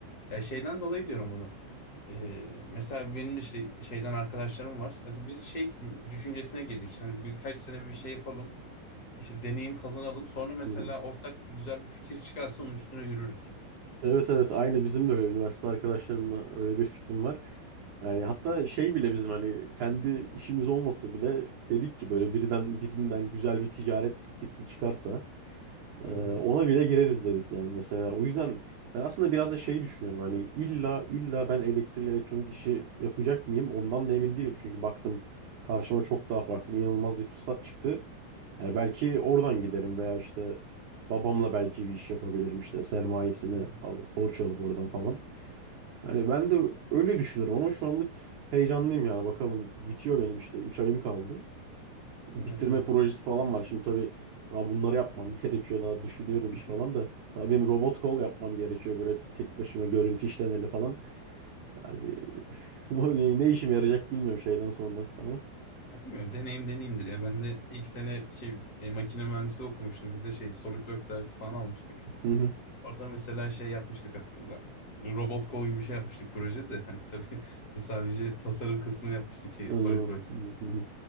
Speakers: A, on the left; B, on the right.
A: Ya şeyden dolayı diyorum bunu. Ee, mesela benim de işte şeyden arkadaşlarım var. Hadi biz şey düşüncesine girdik. İşte hani birkaç sene bir şey yapalım. İşte deneyim kazanalım. Sonra mesela
B: Hı hı.
A: ortak bir güzel bir fikir çıkarsa onun üstüne yürürüz.
B: Evet evet aynı bizim de öyle üniversite arkadaşlarımla öyle bir fikrim var. Yani hatta şey bile bizim hani kendi işimiz olması bile dedik ki böyle birden birinden güzel bir ticaret fikri çıkarsa Ee,
A: Hı hı.
B: ona bile gireriz dedik yani mesela. O yüzden ben aslında biraz da şeyi düşünüyorum. Hani illa illa ben elektrik elektronik işi yapacak mıyım? Ondan da emin değilim. Çünkü baktım karşıma çok daha farklı inanılmaz bir fırsat çıktı. Yani belki oradan giderim veya işte babamla belki bir iş yapabilirim işte sermayesini
A: Hı hı.
B: alıp borç alıp oradan falan. Hani ben de öyle düşünüyorum ama şu anlık heyecanlıyım yani bakalım bitiyor benim işte 3 ayım kaldı bitirme
A: Ne iyi.
B: projesi falan var. Şimdi tabii daha bunları yapmam <laughs> gerekiyor. Daha düşünüyorum iş
A: <laughs>
B: falan da. Tabii benim robot kol yapmam gerekiyor. Böyle tek başıma görüntü işlemeli falan. Yani <laughs> ama ne işime yarayacak bilmiyorum şeyden sonra. Ama
A: Ya bilmiyorum deneyim deneyimdir ya. Ben de ilk sene şey e, makine mühendisi okumuştum. Biz de şey SolidWorks dersi falan almıştık.
B: Hı hı.
A: Orada mesela şey yapmıştık aslında. Robot kol gibi bir şey yapmıştık projede. Hani tabii <laughs> biz sadece tasarım kısmını yapmıştık şey
B: anladım.
A: SolidWorks.
B: Hı hı.